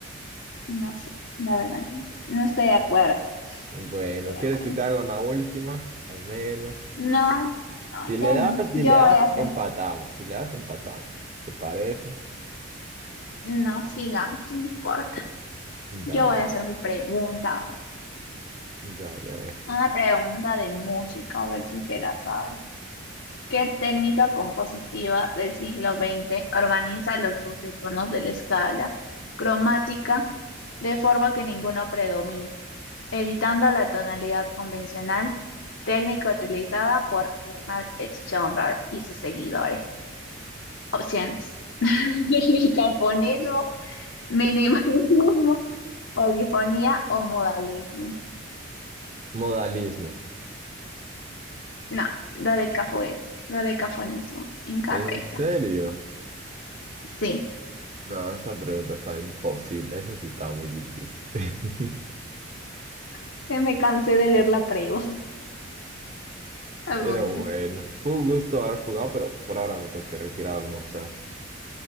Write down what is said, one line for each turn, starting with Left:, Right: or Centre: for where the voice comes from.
Left: no sé, la verdad, no, no estoy de acuerdo,
Right: Bueno,
Left: pero
Right: ¿quieres
Left: bueno.
Right: que te haga una última? Al menos.
Left: No, No,
Right: Si le
Left: ya no.
Right: das, si
Left: Yo
Right: le das,
Left: voy a hacer
Right: empatamos. Si le das, empatamos. ¿Te parece?
Left: no, sigamos, no importa. Yo
Right: Dale,
Left: voy a hacer mi pregunta.
Right: dale, a ver.
Left: una pregunta de música, a ver si te la sabes. ¿Qué técnica compositiva del siglo XX organiza los 12 tonos de la escala cromática de forma que ninguno predomine? evitando la tonalidad convencional, técnica utilizada por Arnold Schoenberg y sus seguidores. Opciones: <laughs> Megafonismo, minimalismo, polifonía o modalismo.
Right: Modalismo.
Left: No, lo de dodecafonismo. Incorrecta.
Right: ¿En serio?
Left: Sí,
Right: No, esa pregunta estaba imposible, esa sí estaba muy difícil. <laughs>
Left: <laughs> que me cansé de leer la pregunta. Ah,
Right: Pero
Left: Bueno,
Right: bueno, fue un gusto haber jugado, pero por ahora me tengo que retirar a almorzar.